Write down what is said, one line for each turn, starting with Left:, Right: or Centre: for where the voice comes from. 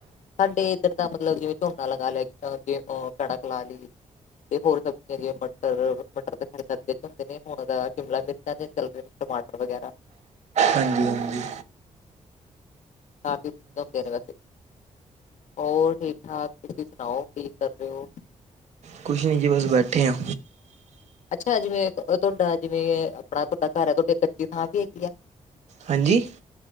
Left: ਸਾਡੇ ਇੱਧਰ ਦਾ ਮਤਲਬ ਜਿਵੇਂ ਝੋਨਾ ਲਗਾ ਲਿਆ ਜੇ ਉਹ ਕਣਕ ਲਾ ਲਈ ਇਹ ਹੋਰ ਸਬਜ਼ੀਆਂ ਜਿਵੇ ਮਟਰ ਮਟਰ <unintelligible> 'ਚ ਹੁੰਦੇ ਨੇ ਹੁਣ ਦਾ ਸਿਮਲਾ ਮਿਰਚਾਂ ਨੇ। ਚੱਲਦੇ ਨੇ ਟਮਾਟਰ ਵਗੈਰਾ
Right: ਹਾਂਜੀ-ਹਾਂਜੀ।
Left: <inaudible> ਹੋਰ ਠੀਕ ਠਾਕ, ਤੁਸੀਂ ਸੁਣਾਓ ਕੀ ਕਰ ਰਹੇ ਹੋ?
Right: ਕੁਛ ਨੀ ਜੀ ਬਸ ਬੈਠੇ ਹਾਂ
Left: ਅੱਛਾ, ਜਿਵੇਂ ਤੁਹਾਡਾ ਜਿਵੇਂ ਆਪਣਾ ਤੁਹਾਡਾ ਘਰ ਆ। ਤੁਹਾਡੇ ਕੱਚੀ ਥਾਂ ਵੀ ਹੈਗੀ ਆ?
Right: ਹਾਂਜੀ?